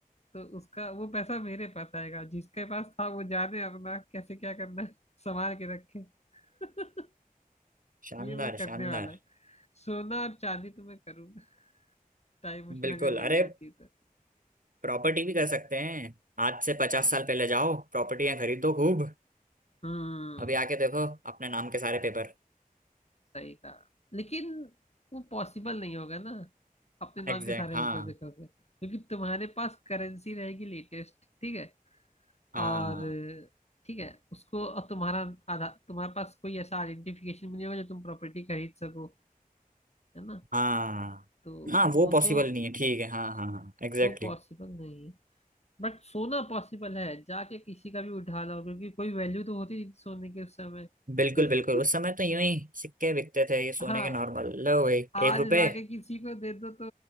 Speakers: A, on the left (about 45°); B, on the right (about 60°).
A: तो उसका वो पैसा मेरे पास आएगा जिसके पास था वो जाने अपना कैसे क्या करना है संभाल के रखे <laughs>
B: शानदार
A: ये मैं करने
B: शानदार
A: वाला हूँ सोना और चांदी तो मैं करूंगा टाइम मशीन
B: बिल्कुल
A: अगर मिल
B: अरे
A: जाती है तो
B: प्रॉपर्टी भी कर सकते हैं आज से पचास
A: हाँ
B: साल पहले जाओ प्रॉपर्टियां खरीदो खूब
A: हम्म
B: अभी आके देखो अपने नाम के सारे पेपर
A: सही कहा लेकिन वो पॉसिबल नहीं होगा ना अपने नाम
B: एग्जैक्ट
A: के सारे
B: हाँ
A: पेपर देखोगे क्योंकि तुम्हारे पास करेंसी रहेगी लेटेस्ट ठीक है
B: हाँ
A: और ठीक है उसको और तुम्हारा आधा तुम्हारे पास कोई ऐसा आइडेंटिफिकेशन भी नहीं होगा जो तुम प्रॉपर्टी खरीद सको है ना
B: हाँ
A: तो
B: हाँ
A: वो
B: वो पॉसिबल
A: तो
B: नहीं है ठीक है हाँ हाँ हाँ एग्जैक्टली
A: वो पॉसिबल नहीं है बट सोना पॉसिबल है जाके किसी का भी उठा लो क्योंकि कोई वैल्यू तो होती नहीं सोने के उस समय
B: बिल्कुल
A: <laughs>
B: बिल्कुल उस समय तो यूं ही सिक्के बिकते थे ये सोने
A: हाँ
B: के नॉर्मल लो भाई
A: आज
B: एक रुपए
A: लाके किसी को दे दो तो